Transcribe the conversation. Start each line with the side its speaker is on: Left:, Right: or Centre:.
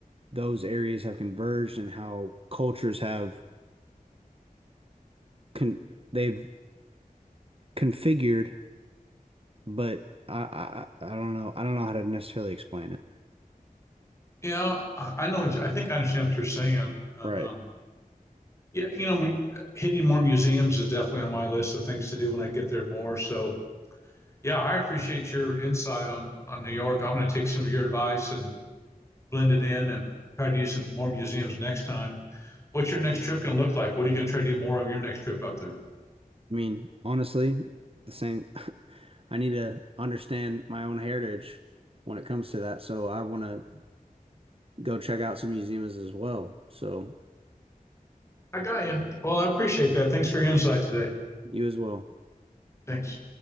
Right: those areas have converged and how cultures have con they've configured. But I, I I don't know. I don't know how to necessarily explain it.
Left: Yeah, I I know what you, I think I understand what you're saying. Um,
Right: Right.
Left: yeah, you know, hitting more museums is definitely on my list of things to do when I get there more. So, yeah, I appreciate your insight on on New York. I'm going to take some of your advice and blend it in and try to use some more museums next time. What's your next trip going to look like? What are you going to try to do more of your next trip up there?
Right: I mean, honestly, the same. <laughs> I need to understand my own heritage when it comes to that. So I want to go check out some museums as well. So
Left: I got you. Well, I appreciate that. Thanks for your insight today.
Right: you as well.
Left: Thanks.